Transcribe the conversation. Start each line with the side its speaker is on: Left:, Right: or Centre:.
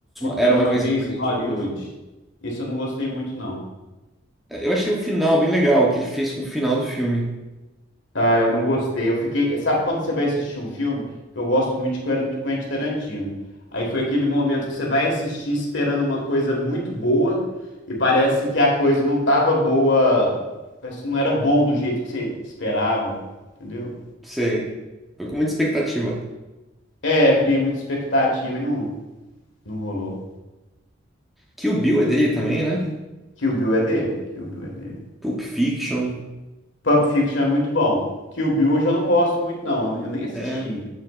Centre: Era
Left: Era
Centre: uma
Left: uma
Centre: vez
Left: vez
Centre: em Hollywood.
Left: em Hollywood. Isso eu não gostei muito, não.
Centre: É, Eu achei o final bem legal, o que ele fez com o final do filme.
Left: Ah, eu não gostei. Eu fiquei. Sabe quando você vai assistir um filme? Que eu gosto muito de Quentin Quentin Tarantino. Aí foi aquele momento que você vai assistir esperando uma coisa muito boa e parece que a coisa não tava boa. Parece que não era bom do jeito que você esperava. Entendeu?
Centre: Sei. Foi com muita expectativa.
Left: É, eu criei muita expectativa e não, não rolou.
Centre: Kill Bill é dele também, né?
Left: Kill Bill é dele. Kill Bill é dele.
Centre: Pulp Fiction.
Left: Pulp Fiction é muito bom. Kill Bill eu já não gosto muito, não. Eu nem assisti.
Centre: É,